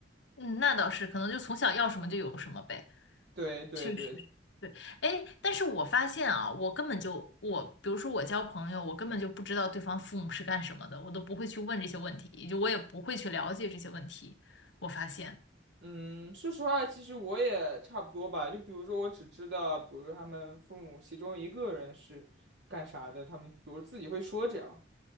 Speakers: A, on the left; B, on the right.
A: 嗯，那倒是，可能就从小要什么就有什么呗。
B: 对对对，
A: 确实是对。哎，但是我发现啊，我根本就我，比如说我交朋友，我根本就不知道对方父母是干什么的，我都不会去问这些问题，也就我也不会去了解这些问题。我发现，
B: 嗯，说实话，其实我也差不多吧。就比如说，我只知道，比如说他们父母其中一个人是干啥的，他们比如自己会说这样。